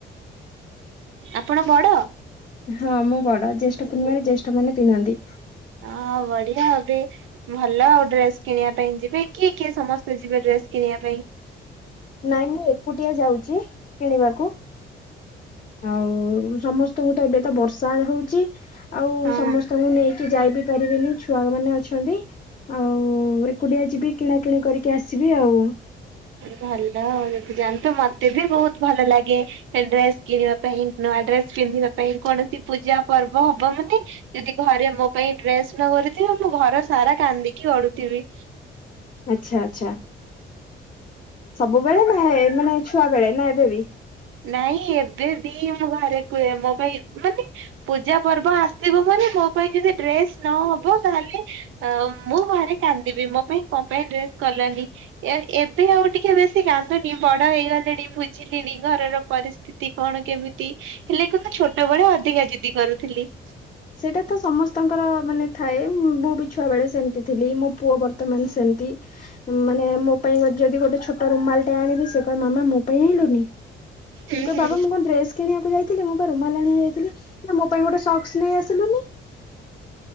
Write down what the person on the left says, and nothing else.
ହଁ ମୁଁ ବଡ ଜେଷ୍ଟ ପୂର୍ଣିମାରେ ଜେଷ୍ଠ ମାନେ ପିନ୍ଧନ୍ତି।
ନାଇଁ ମୁଁ ଏକୁଟିଆ ଯାଉଚି କିଣିବାକୁ। ଆଉ ସମସ୍ତଙ୍କୁ ତ ଏବେ ତ ବର୍ଷା ହଉଚି ଆଉ
ସମସ୍ତଙ୍କୁ ନେଇ କି ଯାଇବିି ପାରିବିନି ଛୁଆ ମାନେ ଅଛନ୍ତି। ଆଉ ଏକୁଟିଆ ଯିବି କିଣାକିଣି କରିକି ଆସିବି ଆଉ।
ଆଛା ଆଛା। ସବୁବେଳେ ନା ଏ ମାନେ ଛୁଆ ବେଳେ ନା ଏବେ ବି?
ସେଇଟା ତ ସମସ୍ତଙ୍କର ମାନେ ଥାଏ ମୁଁ ବି ଛୁଆବେଳେ ସେମିତି ଥିଲି ମୋ ପୁଅ ବର୍ତ୍ତମାନ ସେମିତି ମାନେ ମୋ ପାଇଁ ଯଦି ଗୋଟେ ଛୋଟ ରୁମାଲ ଟେ ଆଣିବି ସେ କହେ ମାମା ମୋ ପାଇଁ ଆଣିଲୁନି। ମୁଁ
କହେ
ବାବା ମୁଁ କଁ ଡ୍ରେସ କିଣିବାକୁ ଯାଇଥିଲି ମୁଁ ପା ରୁମାଲ୍ ଆଣିବା ଯାଇଥିଲି ନା ମୋ ପାଇଁ ଗୋଟେ ସକ୍ସ ନେଇଆସି ସିଲୁନି।